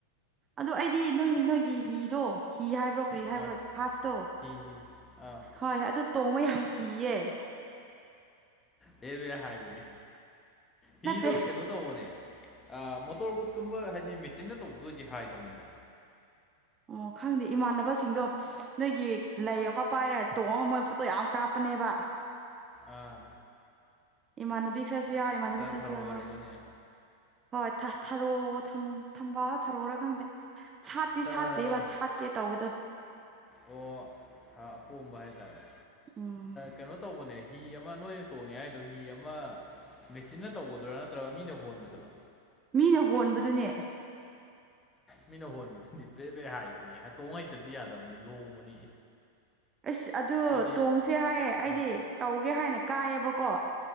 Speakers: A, on the right; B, on the left.
A: ꯑꯗ ꯑꯩꯗꯤ ꯅꯣꯏꯅꯤ ꯅꯣꯏꯒꯤ ꯍꯤꯗꯣ ꯀꯤ ꯍꯥꯏꯕ꯭ꯔꯣ ꯀ꯭ꯔꯤ ꯍꯥꯏꯕ꯭ꯔꯣ
B: ꯑꯥ
A: ꯍꯥꯠꯁꯇꯣ
B: ꯍꯤ ꯍꯤ ꯑꯥ
A: ꯍꯣꯏ ꯑꯗꯨ ꯇꯣꯃꯣꯏ ꯌꯥꯝ ꯀꯌꯦ
B: ꯕꯦ ꯕꯦꯔ ꯍꯥꯏꯕꯅꯦ ꯍꯤꯗꯣ
A: ꯅꯠꯇꯦ
B: ꯀꯩꯅꯣ ꯇꯧꯕꯅꯦ ꯃꯣꯇꯣꯔ ꯕꯨꯣꯠꯀꯨꯝꯕ ꯍꯥꯏꯗꯤ ꯃꯦꯆꯤꯟꯅ ꯇꯧꯕꯗ ꯑꯣꯏꯗꯤ ꯍꯥꯏꯗꯕꯅꯤꯗ
A: ꯑꯣ ꯈꯪꯗꯦ ꯏꯃꯥꯟꯅꯕꯁꯤꯡꯗꯣ ꯅꯣꯏꯒꯤ ꯂꯩ ꯑꯃ ꯄꯥꯏꯔꯦ ꯇꯣꯡꯉꯒ ꯃꯣꯏ ꯐꯣꯇꯣ ꯌꯥꯝ ꯀꯥꯞꯄ ꯅꯦꯕ
B: ꯑꯥ
A: ꯏꯃꯥꯟꯅꯕꯤ ꯈ꯭ꯔꯁꯨ ꯌꯥꯎ ꯏꯃꯥꯟꯅꯕ ꯈ꯭ꯔꯁꯨ
B: ꯊꯔꯣ
A: ꯌꯥꯎ
B: ꯑꯣꯏꯔꯝꯃꯅꯤ
A: ꯍꯣꯏ ꯍꯣꯏ ꯊꯥ ꯊꯔꯣ ꯊꯝ ꯊꯝꯕꯥꯜꯂ ꯊꯥꯔꯣꯔ ꯈꯪꯗꯦ ꯁꯥꯠꯇꯤ
B: ꯊ-
A: ꯁꯥꯠꯇ꯭ꯔꯦꯕ
B: ꯑ,
A: ꯁꯥꯠꯀꯦ ꯇꯧꯕꯗꯣ
B: ꯑꯣ ꯑꯄꯣꯝꯕ ꯍꯥꯏꯇꯥꯔꯦ
A: ꯎꯝ
B: ꯀꯩꯅꯣ ꯇꯧꯕꯅꯦ ꯍꯤ ꯑꯃ ꯅꯣꯏꯅ ꯇꯣꯡꯉꯦ ꯍꯥꯏꯗꯣ ꯍꯤ ꯑꯃ ꯃꯦꯆꯤꯟꯅ ꯇꯧꯕꯗꯨꯔꯥ ꯅꯠꯇ꯭ꯔꯒ ꯃꯤꯅ ꯍꯣꯟꯕꯗꯨꯔꯣ
A: ꯃꯤꯅ ꯍꯣꯟꯕꯗꯨꯅꯦ
B: ꯃꯤꯅ ꯍꯣꯟꯕꯗꯨꯗꯤ ꯄ꯭ꯔꯦ ꯄ꯭ꯔꯦ ꯍꯥꯏꯕꯅꯤ ꯍ ꯇꯣꯡꯉꯩꯇꯗꯤ ꯌꯥꯗꯕꯅꯤ ꯂꯣꯡꯕꯅꯤ
A: ꯑꯁ ꯑꯗꯨ
B: ꯍꯥꯏꯗꯤ
A: ꯇꯣꯡꯁꯦ ꯍꯥꯏꯌꯦ ꯑꯩꯗꯤ
B: ꯎꯝ
A: ꯇꯧꯒꯦ ꯍꯥꯏꯅ ꯀꯥꯏꯌꯦꯕꯀꯣ